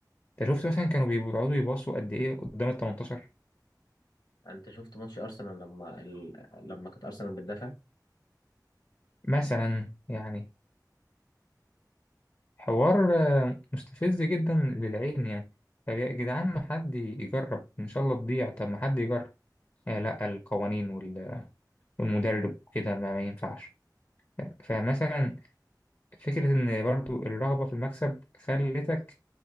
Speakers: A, on the left (about 35°); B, on the left (about 70°).
A: انت شفت مثلا كانوا بيقعدوا يباصوا قد ايه قدام ال 18
B: انت شفت ماتش ارسنال لما ال... لما كانت ارسنال بتدافع
A: مثلا يعني حوار آه، مستفز جدا للعين يعني طب يا جدعان ما حد يجرب ان شاء الله تضيع طب ما حد يجرب آه لا القوانين وال- والمدرب وكده ما, ما ينفعش فمثلا فكرة ان برضو الرغبة في المكسب خلتك